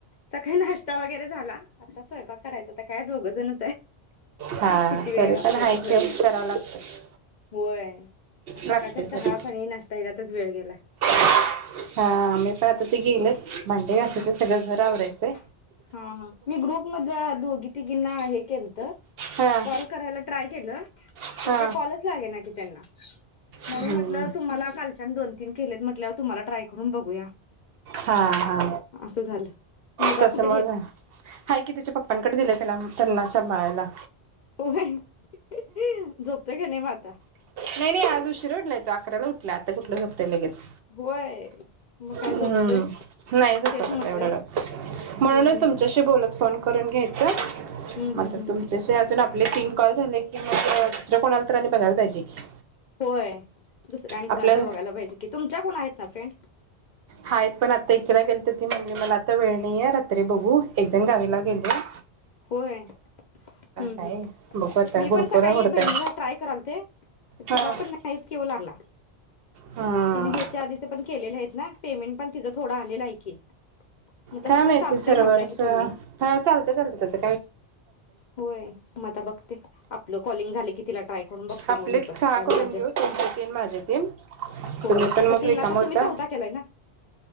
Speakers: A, on the left (about 55°); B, on the right (about 65°).
A: स काही नाश्ता वगैरे झाला, आता स्वयंपाक करायचा तर काय दोघ जण
B: हा
A: किती वेळ
B: तरी
A: लागतोय
B: पण हाय
A: म्हटल
B: की करावं लागतं
A: होय
B: लागते
A: सकाळच्या चहा
B: तरी
A: - पाणी, नाश्तातच वेळ गेलाय.
B: हा म्ही पण आता ते गेलच भांडे घासायचे
A: हा
B: सगळं घर आवरायचयं
A: हा हा मी ग्रुप मध्ये अ दोगी त गिंना हे के तर
B: हा
A: कॉल करायला ट्राय केलं
B: हा
A: तर काय कॉलच लागे ना की त्यांना <unintelligible> म्हणून
B: हम्म
A: म्हटलं तुम्हाला कालच्या दोन - तीन केलेत म्हटल्यावर तुमला ट्राय करून बघूया
B: हा हा
A: असं झालं मुलगा
B: त्याच्यामुळे
A: कुठ
B: हाय की त्याच्या पप्पांकडे दिलं त्याला त्यांना सांभाळायला
A: हो झोपतो क नाही माता
B: नाही नाही आज उशीर उडलाय तो अकराला उठला आता कुठलं लेच
A: होय मग काय
B: हम्
A: झोपतोय
B: नाही जात
A: तेच म्हटलं
B: आता एवढ ल म्हणूनच
A: हम्म हम्म
B: तुमच्याशी
A: हम्म
B: बोलत फोन करून घ्या
A: हम्म
B: <inaudible>
A: हम्म
B: आता
A: हम्म
B: तुमच्याशी
A: हम्म
B: अजून आपले तीन कॉल झाले कि मग दुसर कोणाला तर आणि बघायला पाहिजे की
A: होय दुसर आणि
B: आपल्या
A: कुणाला तरी बघायला पाहिजे की तुमच्या कोणा आहेत ना फ्रेंड
B: हायत पण आत्ता एकीला केला तर ती म्हणली मला आत्ता वेळ नाही ये रात्री बघू एक जण गावीला गेलोय
A: होय हम्म
B: काय बघू आता
A: मी
B: गुरुपुरा
A: पण सकाळी
B: हुडकाय
A: बहिणीचा ट्राय कराल ते
B: हा
A: तिला पण नाहीच की ओ लागला
B: हा
A: तिने ह्याच्या आधीचे पण केलेले आहेत ना पेमेंट पण तिज थोडं आलेलं आहे की मग तसं
B: काय
A: पण
B: माहिती
A: चालतंय
B: सर्व्हर
A: म्हटलं
B: चा
A: की तुम्ही
B: हा चालतय चालते त्याच
A: होय म आता बघते आपलं कॉलिंग झालं की तला ट्राय करून बघते
B: आपलेच
A: मग मी पण
B: सहा
A: काय
B: करून
A: माझ्या
B: घेऊ तुमचे तीन माझे तीन
A: होय
B: तुम्ही पण
A: आता
B: मग
A: तीन
B: रिकाम
A: आता
B: होता
A: तुम्ही चौथा केलाय ना